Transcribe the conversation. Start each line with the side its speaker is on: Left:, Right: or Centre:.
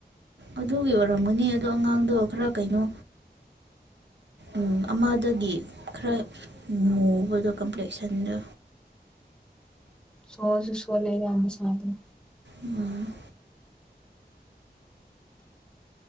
Right: ꯑꯗꯨꯒꯤ ꯑꯣꯏꯔꯝꯒꯅꯤ ꯑꯗꯣ ꯑꯉꯥꯡꯗꯣ ꯈꯔ ꯀꯩꯅꯣ ꯎꯝ ꯑꯃꯗꯒꯤ ꯈꯔ ꯃꯨꯕꯗꯣ ꯀꯝꯄ꯭ꯂꯦꯛꯁꯟꯗ
Centre: ꯁꯣꯁꯨ ꯁꯣꯂꯦ ꯌꯥꯝ ꯃꯁꯥꯗꫭ
Right: ꯎꯝ